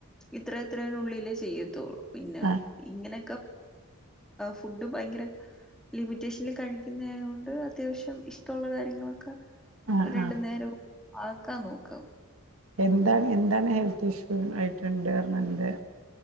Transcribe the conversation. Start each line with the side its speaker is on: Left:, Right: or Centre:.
Centre: ഇത്ര എത്രേനുള്ളിലേ ചെയ്യത്തുള്ളൂ പിന്നെ
Right: ആ
Centre: ഇങ്ങനെയൊക്കെ ഫുഡ് ഭയങ്കര ലിമിറ്റേഷനിൽ കഴിക്കുന്നായ കൊണ്ട് അത്യാവശ്യം ഇഷ്ടമുള്ള കാര്യങ്ങളൊക്കെ
Right: ആ
Centre: രണ്ടു
Right: ആ
Centre: നേരവും ആക്കാ നോക്കാം
Right: എന്താണ് എന്താണ് ഹെൽത്ത് ഇഷ്യൂ ആയിട്ടുണ്ട്ഡാന്ത്